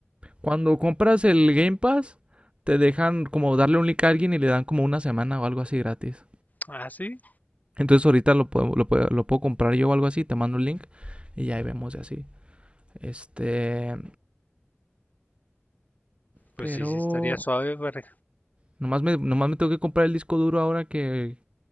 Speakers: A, on the right (about 25°); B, on the left (about 35°).
A: Cuando compras el Game Pass, te dejan como darle un link a alguien y le dan como una semana o algo así gratis.
B: Ah, sí.
A: Entonces ahorita lo puedo, lo puedo, lo puedo comprar yo o algo así, te mando el link y ya ahí vemos y así. Este,
B: Pues
A: pero
B: sí, sí estaría suave para
A: nomás me, nomás me tengo que comprar el disco duro ahora que